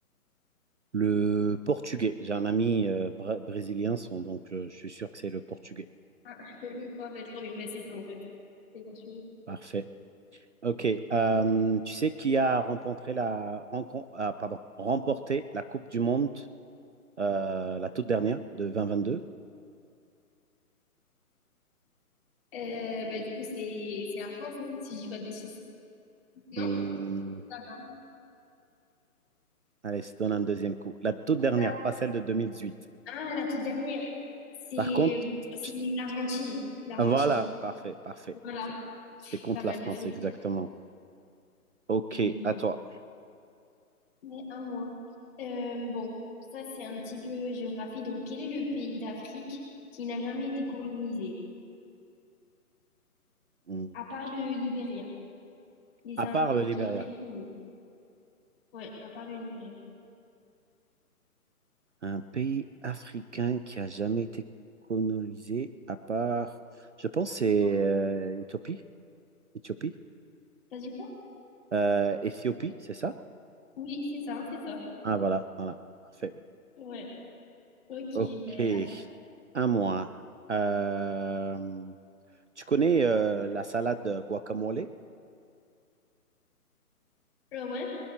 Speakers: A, on the right; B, on the left.
A: Le portugais. J'ai un ami euh, bra- brésilien, son- donc euh, je suis sûr que c'est le portugais.
B: Ah, <laughs> ouais, mais trop bien. Bah, c'est ça, en fait. C'est portugais.
A: Parfait. Ok. euh, tu sais qui a remporté la, rencon- ah, pardon, remporté la Coupe du Monde, euh, la toute dernière de 2022?
B: Euh, bah, du coup, c'est c'est la France, non? Si je dis pas de bêtises. Non?
A: Hmm,
B: Attends.
A: Allez, je te donne un deuxième coup. La toute dernière,
B: C'est ça.
A: pas celle de 2018.
B: Ah, la toute dernière. C'est
A: Par contre,
B: c'est
A: je-
B: l'Argentine. L'Argentine.
A: ah, voilà, parfait, parfait,
B: Voilà,
A: parfait. C'était contre
B: quand même.
A: la France,
B: Ok.
A: exactement. Ok,
B: Oui, oui,
A: à toi.
B: oui. Mais à moi. Euh, bon, ça c'est un petit peu géographie. Donc, quel est le pays d'Afrique qui n'a jamais été colonisé?
A: Hmm.
B: À part le Libéria. Mais c'est
A: à
B: un
A: part
B: pays
A: le Libéria.
B: qui est très connu. Ouais, à part le Libéria.
A: Un pays africain qui a jamais été colonisé à part, je pense, c'est
B: Ouais.
A: euh, l'Éthiopie, Éthiopie,
B: T'as dit quoi?
A: euh, Éthiopie, c'est ça?
B: Oui, c'est ça, c'est ça.
A: Ah, voilà, voilà, parfait.
B: Ouais. Ok,
A: Ok,
B: ben attends.
A: à moi. Euh, tu connais euh, la salade guacamole?
B: Ah ouais.